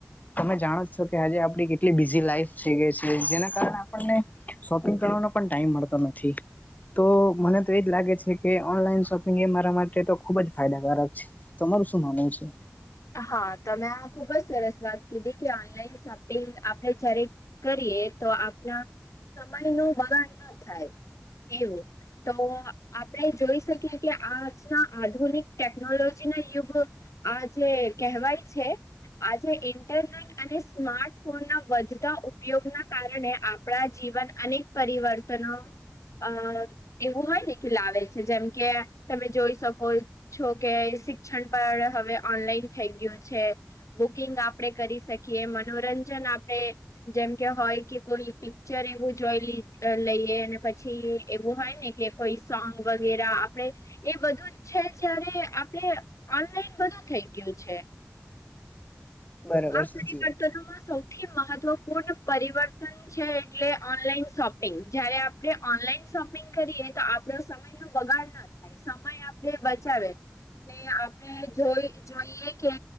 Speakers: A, on the left; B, on the left.
A: તમે જાણો છો કે આજે આપડી કેટલી બીઝી લાઈફ થઈ ગઈ છે, જેના કારણે આપને શોપિંગ કરવાનો પણ ટાઈમ મળતો નથી. તો મને તો એજ લાગે છે, કે ઓનલાઈન શોપિંગ એ મારા માટે તો ખુબ જ ફાયદાકારક છે. તમારુ શું માનવુ છે.
B: હા તમેં આ ખુબ જ સરસ વાત કીધી કે ઓનલાઈન શોપિંગ આપણે જ્યારે કરીએ તો આપણા સમય નું વગાણ ના થાય એવુ તો આપણે જોઈ શકીએ કે આજના આધુનિક ટેકનોલોજી ના યુગ આજે કહેવાય છે, આજે ઇન્ટરને અને સ્માર્ટફોન ના વધતા ઉપયોગ ના કારણે આપણા જીવન અને પરિવર્તનો અ એવું હોય ને કે લાવે છે, જેમ કે તમે જોઈ શકો જોકે શિક્ષણ પણ હવે ઓનલાઈન થઈ ગયુ છે. બુકિંગ આપણેે કરી શકીએ મનોરંજન આપણે જેમ કે હોય કે કોઈ પિક્ચર એવું જોઈ લઈએ અને પછી એવું હોય, ને કે કોઈ સોંગ વગેરે આપડે એ બધુ છે, જયારે આપણે ઓનલાઈન બધુ થઈ ગયું છે,
A: બરાબર
B: આ
A: સાચી
B: પરિવર્તનોમાં
A: વાત છે
B: સૌ સૌથી મહત્વપૂર્ણ પરિવર્તન છે એટલે ઓનલાઈન શોપિંગ જ્યારે આપણે ઓનલાઈન શોપિંગ કરીએ, તો આપડો સમય નો બગાડ ના થાય સમય આપણેે બચાવે આપણે જોઈ જોઈએ કે